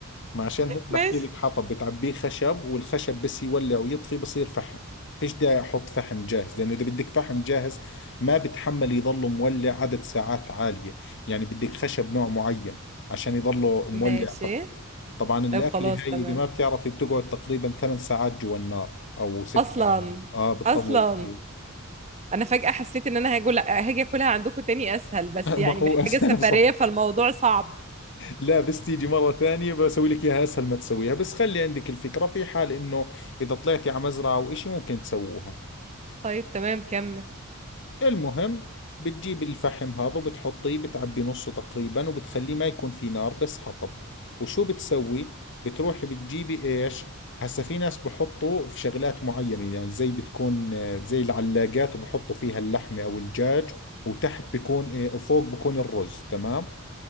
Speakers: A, on the left (about 55°); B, on the right (about 30°).
A: ما عشان هيك بحكي
B: ماشي
A: لك حطب بتعبيه خشب والخشب بس يولع ويطفي بصير فحم فيش داعي احط فحم جاهز لانه اذا بدك فحم جاهز ما بتحمل يضله مولع عدد ساعات عالية يعني بدك خشب نوع معين عشان يضله مولع
B: ماشي
A: طبعا الأكلة
B: طيب خلاص
A: هاي
B: تمام
A: إذا ما بتعرفي بتقعد تقريبا ثمان ساعات جوا النار أو ست
B: اصلا
A: ساعات آه بتطول
B: اصلا
A: كثير
B: انا فجأة حسيت ان انا هاجي هاجي اكلها عندكم تاني اسهل بس
A: <laughs> ما
B: يعني
A: هو
B: محتاجة
A: أسهل
B: سفرية
A: بصراحة
B: فالموضوع صعب
A: لا بس تيجي مرة ثانية بسوي لك إياها أسهل ما تسويها بس خلي عندك الفكرة في حال إنه إذا طلعتي على مزرعة أو إشي ممكن تسووها
B: طيب تمام كمل
A: المهم بتجيب الفحم هذا وبتحطيه بتعبي نصه تقريبا وبتخليه ما يكون في نار بس حطب وشو بتسوي بتروحي بتجيبي ايش هسا في ناس بحطوا في شغلات معينة يعني زي بتكون آه، زي العلاقات وبحطوا فيها اللحمة او الدجاج وتحت بيكون آه، وفوق بيكون الرز تمام